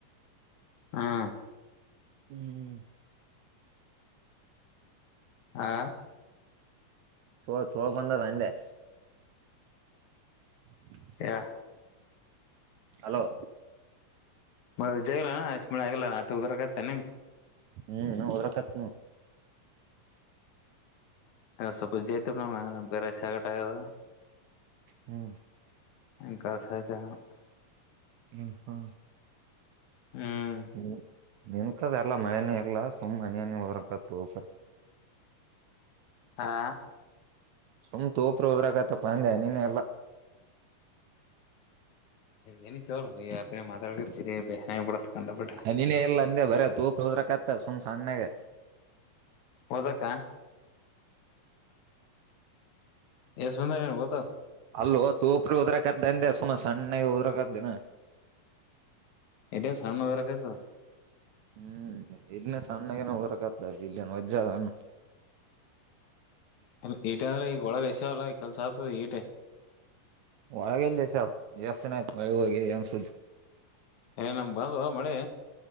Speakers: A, on the left; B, on the right.
A: ಹಾ.
B: ಹ್ಮ್.
A: ಹಾ.
B: ಚೋಳ ಚೋಳ ಬಂದದ ಅಂದೇ. <unintelligible>
A: ಹೇಳ್.
B: ಹಲೋ.
A: ಮ ವಿ ಜಯಗಲ್ಲ ಆಗಲ್ಲ ಆಟ ಬರಾಕತ್ತ ಎನ್ ನಿಂಗ.
B: ಹ್ಮ್ ಏನೋ ವದ್ರಾಕತ್ತ ನೋಡ್.
A: ಸ್ವಪಜ ಜಯತತಿ ಮಮ್ ಬೇರೆಸೆಗಟ್ ಆಗೆದ.
B: ಹ್ಮ್.
A: <unintelligible>
B: ಹ್ಮ ಹ್ಮ.
A: ಹ್ಮ್.
B: ಹ್ಮ ನಿಂತದೆ ಎಲ್ಲ ಮಳನೇ ಇಲ್ಲ ಸುಮ್ಮ್ ಮನನ ಹೊರಗತ್ ಹೋಗ್ರಿ.
A: ಹಾ.
B: ಸುಮ್ ತೋಪ್ರ ಹೋದ್ರಾಗತ್ತಪ್ಪ ಅಂದೆ ನಿನ್ನೆ ಎಲ್ಲಾ.
A: ಏನ ಕೇಳಲ ಈ ಮಾಡರಿ ಹಾಯಿಬಡ ಕಂಡಪಟ್ಟ.
B: ನಿನ್ನೆ ಇಲ್ಲಾ ಅಂದೆ ಬರ ತೂಪ ಹೋದ್ರಕತ್ತ ಸುಮ್ ಸನ್ನೆಗೆ.
A: ಹೌದ ಅಕ್ಕಾ. ಎಷ್ಟು ಬಂದನ್ ಹೋದೋ.
B: ಅಲ್ಲೋ ತೂಪ್ರ ಉದ್ರಕದ್ದಂದೆ ಸುಮ ಸಣ್ಣಗೆ ಉದ್ರಕದ್ದಿನ.
A: ಎಡ ಸಣ್ಣ ಉದ್ರಾಕತ್ತೆದ.
B: ಹ್ಮ್ ಇಲ್ಲಿ ಸಣ್ಣಾಗನ ಉದರಕತ ಇಲ್ಲಿ ವಜ್ಜೆ ಅದ ಏನ.
A: ಲ್ಲ ಈಟೆ ಅಂದ್ರ ಈಗ ಒಳಗ ಎಷ ಅಲ್ಲ ಕೆಲ್ಸ ಆಗ್ತದ ಈಟೆ.
B: ಒಳಗಲ್ಲಸ ಎಸ್ತ ಆಯ್ತು ಮಳೆ ಹೋಗಿ ಏನ್ ಸುದ್ದ.
A: ಏ ನಮ್ ಬಂದೋ ಮಳಿ.